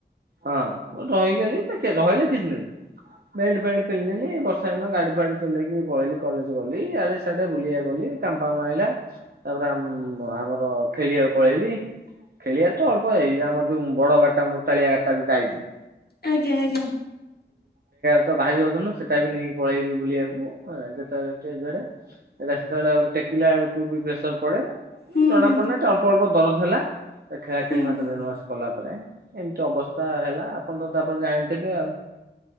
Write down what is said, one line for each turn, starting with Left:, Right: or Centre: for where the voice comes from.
Right: ହଁ, ମୁଁ ରହିଗଲି ସେ କେ ରହିଲେ କିଛି ନାହିଁ। ବେଲ୍ଟ ଫେଲ୍ଟ ପିନ୍ଧିଲିନି, ବର୍ଷା ଦିନ ଗାଡି ଫାଡି ଚଲେଇକି ପଳେଇଲି କଲେଜ ଗଲି, ଆଡ଼େ ସାଡ଼େ ବୁଲିବାକୁ ଗଲି ଗଲି କାମ ଫାମ ଆଇଲା, ତାପରେ ଆମ୍ ଆମର ଖେଳିଆକୁ ପଳେଇଲି ଖେଳିଆକୁ ତ ଅଳ୍ପ ଯାଇଚି, ଆମର ଯୋଉ ବଡ଼ ଗାଡ଼ିଟା ମୋଟାଳିଆ ଗାଡ଼ିଟା ଯୋଉାଟା ଆଇଚି
Left: ଆଜ୍ଞା ଆଜ୍ଞା।
Right: ସେତ ଭାରି ଓଜନ ସେଟା ବି ନେଇକି ପଳେଇବି ବୁଲିବାକୁ, ଆଁ ଯେତେବେଳେ ଟିକେ ଯୁଆଡ଼େ। ସେଟା ସେତେବେଳେ ଟିକ ଟେକିଲା ବେଳକୁ ବି ପ୍ରେସର ପଡ଼େ
Left: ହୁଁ
Right: ଜଣା
Left: ହୁଁ
Right: ପଡ଼ୁନାହିଁ ଟିକେ ଅଳ୍ପ ଅଳ୍ପ ଦରଜ ହେଲା, ଖେଳାଖେଳି
Left: ହୁଁ
Right: ମାସେ ଦେଢ଼ ମାସ କଲା ପରେ ଏମତି ଅବସ୍ଥା ହେଲା, ଆପଣ ତ ତାପରେ ଜାଣିଥିବେ ଆଉ।